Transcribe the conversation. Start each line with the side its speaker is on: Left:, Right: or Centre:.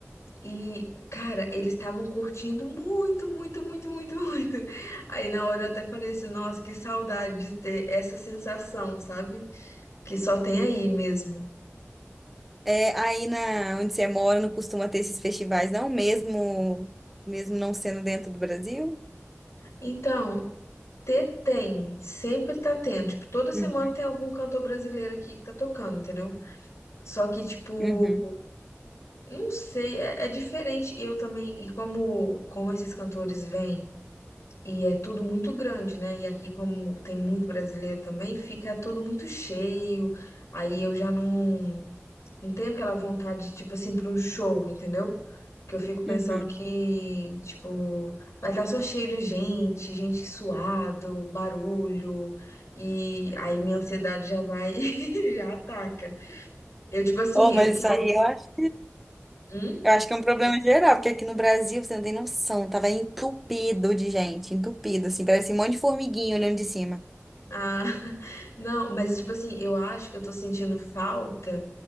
Left: E, cara, eles estavam curtindo muito, muito, muito, muito, <laughs> muito. Aí na hora eu até falei assim, nossa, que saudade de ter essa sensação, sabe? Que só tem aí mesmo.
Centre: É, aí na onde você mora não costuma ter esses festivais, não, mesmo, mesmo não sendo dentro do Brasil?
Left: Então, ter tem, sempre tá tendo. Tipo, toda semana
Centre: Uhum,
Left: tem algum cantor brasileiro aqui que tá tocando, entendeu? Só que, tipo,
Centre: uhum,
Left: não sei, é, é diferente. E eu também, e como, como esses cantores vêm. E é tudo muito grande, né? E aqui, como tem muito brasileiro também, fica tudo muito cheio. Aí eu já não, não tenho aquela vontade, tipo assim, para um show, entendeu? Porque eu fico pensando
Centre: uhum.
Left: que, tipo, vai estar só cheio de gente, gente suado, barulho. E aí minha ansiedade já vai, <laughs> e já ataca. Eu, tipo assim,
Centre: Oh, mas
Left: o que
Centre: isso
Left: eu.
Centre: aí eu acho,
Left: Hum?
Centre: eu acho que é um problema geral, porque aqui no Brasil, você não tem noção, tava entupido de gente, entupido, assim, parecia um monte de formiguinha olhando de cima.
Left: Ah, <laughs> não, mas tipo assim, eu acho que eu tô sentindo falta.